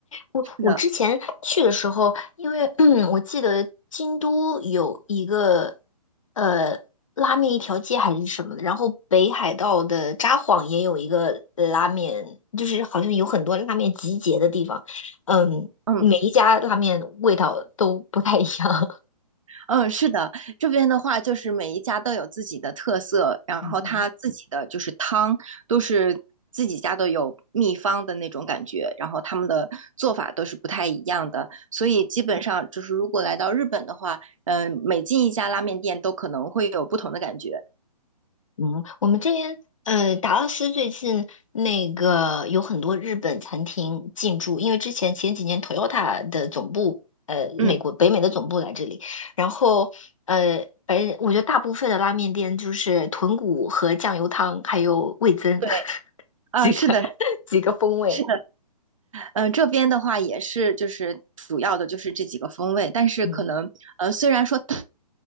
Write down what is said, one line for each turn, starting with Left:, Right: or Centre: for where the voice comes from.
Left: 我我之前去的时候，
Right: 是的，
Left: 因为 <clears throat> 嗯，我记得京都有一个呃拉面一条街还是什么的，然后北海道的札幌也有一个拉面，就是好像有很多拉面集结的地方，嗯，
Right: 嗯。
Left: 每一家拉面味道都不太一样。
Right: 嗯，是的，这边的话就是每一家都有自己的特色，
Left: <laughs>
Right: 然后他自己的就是汤都是自己家都有秘方的那种感觉，
Left: 嗯
Right: 然后他们的做法都是不太一样的，所以基本上就是如果来到日本的话，嗯、每进一家拉面店都可能会有不同的感觉。
Left: 嗯，我们这边呃，达拉斯最近那个有很多日本餐厅进驻，因为之前前几年 Toyota 的总部，呃，
Right: 嗯，
Left: 美国北美的总部来这里，然后呃，反正我觉得大部分的拉面店就是豚骨和酱油汤，还有味增
Right: 对，
Left: <laughs>
Right: 啊，
Left: 几个几个风味。
Right: 是的，是嗯，这边的话也是，就是主要的就是这几个风味，但是可能呃，
Left: 嗯
Right: 虽然说它